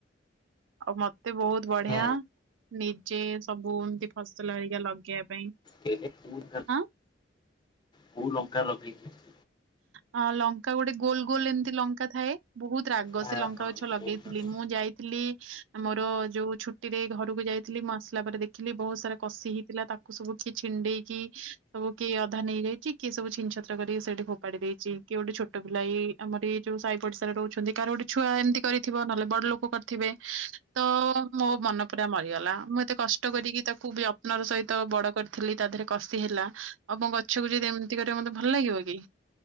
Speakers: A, on the right; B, on the left.
A: ଆଉ ମତେ ବହୁତ ବଢିଆ
B: ହୁଁ
A: ନିଜେ ସବୁ ଏମତି ଫସଲ ହରିକା ଲଗେଇବା ପାଇଁ।
B: <unintelligible>
A: ଆଁ
B: କୋଉ ଲଙ୍କା ଲଗେଇଥିଲେ?
A: ହଁ ଲଙ୍କା ଗୋଟେ ଗୋଲ ଗୋଲ ଏମିତି ଲଙ୍କା ଥାଏ, ବହୁତ ତ ରାଗ
B: ଆ
A: ସେ ଲଙ୍କା
B: ହଁ
A: ଗଛ ଲଗେଇଥିଲି
B: ବହୁତ ଅଛି।
A: ମୁଁ ଯାଇ ଥିଲି ମୋର ଯୋଉ ଛୁଟିରେ ଘରକୁ ଯାଇଥିଲି ମୁଁ ଆସିଲା ପରେ ଦେଖିଲି ବହୁତ ସାରା କଷି ହେଇଥିଲା ତା କୁ ସବୁ କି ଛିଣ୍ଡେଇ କି ସବୁ କିଏ ଅଧା ନେଇଯାଇଛି କିଏ ସବୁ ଛିିନ ଛତ୍ର କରିକି ସେଇଠି ଫୋପାଡି ଦେଇଛି କିଏ ଗୋଟେ ଛୋଟ ପିଲା ଏ ଆମର ଏଇ ଯୋଉ ସାହି ପଡିଶାରେ ରହୁଛନ୍ତି କାହାର ଗୋଟେ ଛୁଆ ଏମିତି କରିଥିବ ନହେଲେ ବଡ ଲୋକ କରିଥିବେ। ତ ମୋ ମନ ପୁରା ମରିଗଲା ମୁଁ ଏତେ କଷ୍ଟ କରିକି ତାକୁ ବିପ୍ନର ସହିତ ବଡ କରିଥିଲି ତା ଦେହରେ କଷି ହେଲା ଆଉ ମ ଗଛକୁ ଯଦି ଏମିତି କରିବ ମତେ ଭଲ ଲାଗିବ କି?